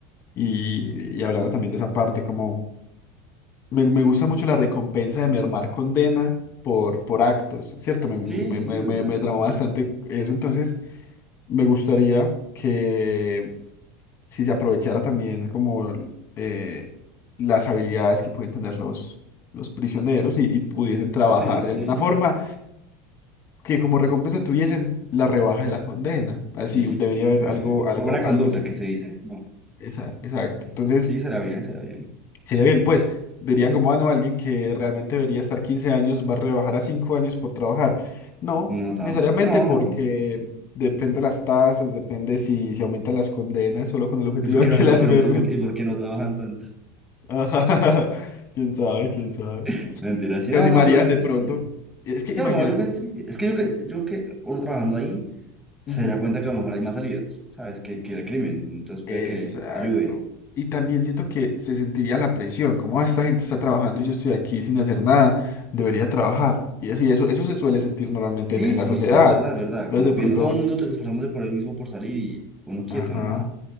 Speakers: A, on the left (about 35°); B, in the centre.
A: Y, y hablando también de esa parte, como me, me gusta mucho la recompensa de mermar condena por, por actos, ¿cierto? Me, me,
B: Sí, sí,
A: me,
B: es
A: me,
B: buena,
A: me tramó
B: es buena.
A: bastante eso, entonces me gustaría que si se aprovechara también como eh, las habilidades que pueden tener los, los prisioneros y y pudiesen trabajar
B: Sí, sí.
A: de alguna forma que como recompensa tuviesen la rebaja de la condena. Así
B: Sí,
A: debería
B: sí,
A: haber
B: muy bien,
A: algo,
B: muy bien.
A: algo,
B: Por buena conducta
A: algo similar.
B: que se dice, ¿no?
A: Esa- exacto. Entonces,
B: Sí, será bien, será bien.
A: sería bien, pues, dirían como, ah, no, alguien que realmente debería estar 15 años va a rebajar a 5 años por trabajar. No,
B: No tanto.
A: necesariamente
B: No,
A: porque
B: no.
A: depende las tasas, depende si se aumentan las condenas, solo con el objetivo
B: ¿Y por
A: de
B: qué
A: que
B: no, y
A: las
B: por qué no,
A: mermen.
B: y por, qué y por qué no trabajan tanto?
A: <laughs> Ajá, Quién sabe, quién sabe.
B: <laughs> Mentira, sí,
A: Se
B: no,
A: animarían
B: no, igual yo
A: de
B: que
A: pronto.
B: sí.
A: Es que imagínate.
B: Yo, a lo mejor yo que sí. Es que yo que, yo que uno trabajando ahí se
A: Ujú.
B: da cuenta que a lo mejor hay más salidas, ¿sabes? Que, que el crimen. Entonces puede
A: Exacto.
B: que ayude.
A: Y también siento que se sentiría la presión, como "Ah, esta gente está trabajando y yo estoy aquí sin hacer nada, debería trabajar. Y así, eso, eso se suele sentir normalmente
B: Sí,
A: en, en
B: sí,
A: la sociedad.
B: sí, es verdad, es verdad.
A: Entonces
B: Como
A: de pronto,
B: viendo todo el mundo t- esforzándose por él mismo por salir y uno quieto,
A: ajá,
B: no.